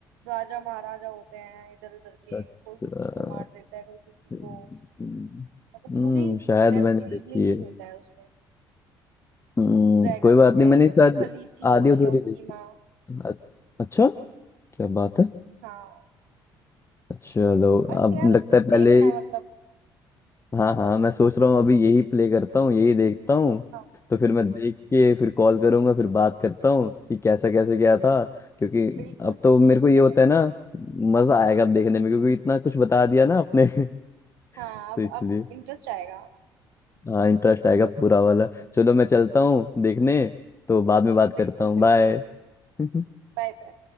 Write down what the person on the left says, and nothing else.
अच्छा,
हम्म,
हम्म,
शायद
मैंने
देखी
है
हम्म,
कोई बात
नहीं
मैंने शायद
आधी अधूरी
देखी
अ- अच्छा क्या बात है
चलो
अब
लगता है पहले
हाँ हाँ मैं सोच रहा हूँ अभी यही प्ले करता हूँ यही देखता हूँ
तो फिर मैं देख के फिर कॉल करूंगा फिर बात करता हूँ कि कैसा कैसे क्या था क्योंकि
अब तो
मेरे को ये होता है ना मजा आएगा अब देखने में क्योंकि इतना कुछ बता दिया ना आपने <laughs>
तो इसलिए
हाँ इंटरेस्ट आएगा पूरा वाला चलो मैं चलता हूँ देखने तो बाद में बात करता
हूँ
बाय <laughs>